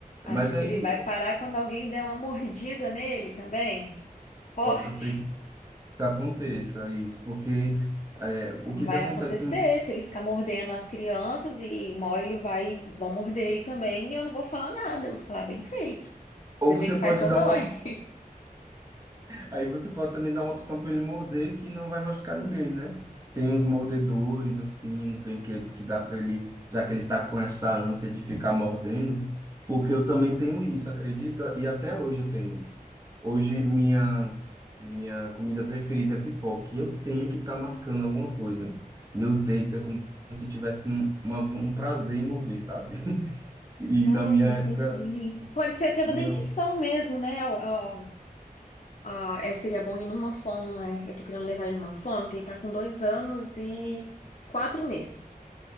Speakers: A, on the left; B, on the right.
A: Acho
B: mas
A: que
B: aí
A: ele vai parar quando alguém der uma mordida nele também. Forte.
B: possa ser que aconteça isso, porque é, o que
A: Vai
B: que acontece?
A: acontecer, se ele ficar mordendo as crianças e uma hora ele vai, vão morder ele também e eu não vou falar nada, eu vou falar bem feito. Você
B: Ou
A: vê
B: você
A: que
B: pode
A: faz dodói.
B: dar uma
A: <laughs>
B: Aí você pode também dar uma opção para ele morder que não vai machucar ninguém, né? Tem uns mordedores, assim, uns brinquedos que dá para ele, já que ele tá com essa ânsia de ficar mordendo, porque eu também tenho isso, acredita? E até hoje eu tenho isso. Hoje minha minha comida preferida é pipoca, e eu tenho que estar tá mascando alguma coisa. Meus dentes é como se tivesse um, uma, um prazer em morder, sabe? <laughs> E
A: Ah,
B: na minha
A: entendi.
B: época,
A: Pode ser até da
B: minha...
A: dentição mesmo, né? A- a- a- é, seria bom ir numa fono, né? Eu tô querendo levar ele numa fono, que ele tá com dois anos e quatro meses.